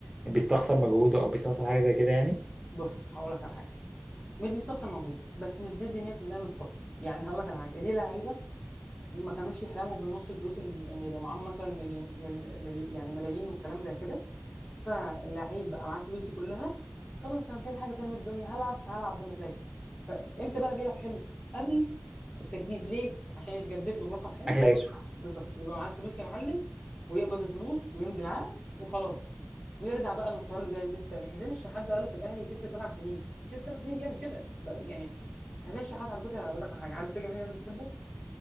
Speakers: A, in the centre; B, on the left.
A: بيستخسر مجهوده او بيستخسر حاجه زي كده يعني
B: بص هقول لك على حاجه مش بيستخسر مجهوده بس مش بيدي 100% من طاقته يعني هقول لك على حاجه دي لعيبه ما كانوش يحلموا بالنص الفلوس ال- ان يبقى معاهم مثلا مليون مل مليون يعني ملايين والكلام زي كده فاللعيب بقى معاه الفلوس دي كلها خلاص انا مش عايز حاجه تانية من الدنيا هلعب هلعب بمزاجي فامتى بقى بيلعب حلو قبل التجديد ليه عشان يتجدد له برقم حلو
A: اكل عيشه
B: يبقى- بالظبط ويبقى معاه الفلوس يا معلم ويقبض الفلوس ويمضي العقد وخلاص ويرجع بقى المستوى اللي زي الزفت تاني حسين الشحات ده قاله في الاهلي ست سبع سنين ست سبع سنين بيعمل كده بقى له. يعني حسين الشحات على فكره هقول لك على حاجه عارف ليه الجماهير اللي بتحبه